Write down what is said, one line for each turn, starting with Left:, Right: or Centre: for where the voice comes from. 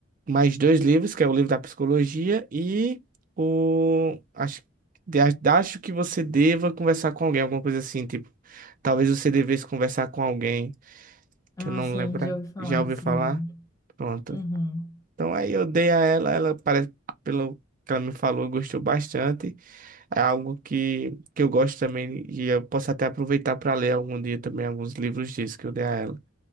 Right: mais dois livros, que é o livro da psicologia e o acho, de- acho que você deva conversar com alguém, alguma coisa assim, tipo, talvez você devesse conversar com alguém,
Left: Ah,
Right: que eu não
Left: sim,
Right: lembro,
Left: já ouvi falar
Right: já ouvi
Left: desse
Right: falar.
Left: livro.
Right: Pronto.
Left: Uhum.
Right: Então aí eu dei a ela, ela parece pelo que ela me falou, gostou bastante. É algo que que eu gosto também e eu posso até aproveitar para ler algum dia também alguns livros disso que eu dei a ela.